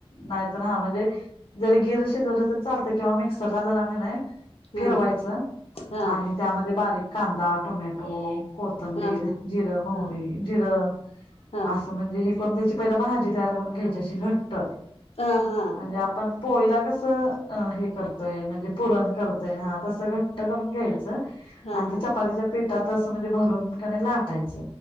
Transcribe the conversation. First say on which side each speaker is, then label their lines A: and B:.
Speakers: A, on the left (about 55°); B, on the left (about 80°).
A: नाय तर हा म्हणजे जरी गिर शिजवलं तर चालतं किंवा मिक्सरला जरा कनाय फीरवायच.
B: हा
A: आणि
B: हा
A: त्याम बारीक कांदा टोमॅ टो, कोथंबीर,
B: हा हा
A: जिरं, मोरी,
B: हा
A: जिरं
B: हा
A: असं म्हणजे हे पण त्याची पहिल भाजी तयार करून घ्यायची अशी घट्ट.
B: हा हा
A: म्हणजे आपण पोळीला कसं अ हे करतोय म्हणजे पुरण करतोय हा तस घट्ट करून घ्यायचं
B: हा
A: आणि
B: हा
A: ती चापतीच्या पिटातच असं म्हणजे भरून कनाय लाटाय च